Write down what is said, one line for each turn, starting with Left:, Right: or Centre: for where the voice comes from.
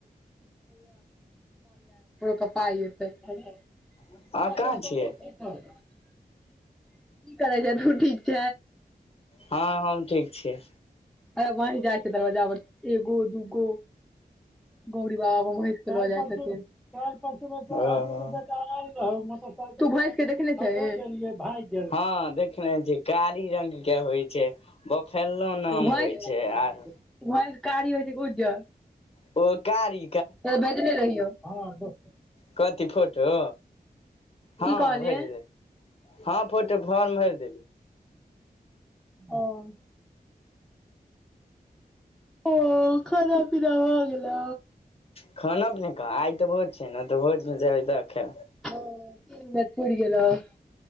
Centre: क पाइतै। <unintelligible>
Left: अहाँ कहाँ छियै
Centre: की करै छ तू ठीक छ।
Left: हँ हम ठीक छियै।
Centre: ह वही जाइ छै दरवाजा पर एगो दूगो गौरी बाबा पर वहीष के लऽ जाइ छथिन। द
Left: ओ
Centre: बेल रह। तू भस के देखने छ गेल। भ
Left: हँ देखने छियै कारी रंग के होइ छै बफेल्लो नाम
Centre: भ।
Left: होइ छै आर
Centre: कारी होइ छै क ज।
Left: ओ कारी
Centre: त भेजने रहियौ। हँ।
Left: कथि फोटो, हँ
Centre: की कहले
Left: भरि देलियै, हँ फोटो फार्म भरि देलियै।
Centre: आं। ओ खाना पीना भ गेलै।
Left: खाना पीना कहाँ आइ तऽ भोज छै ने त भोज मे जेबै द के।
Centre: ओ पड़ गेलेल।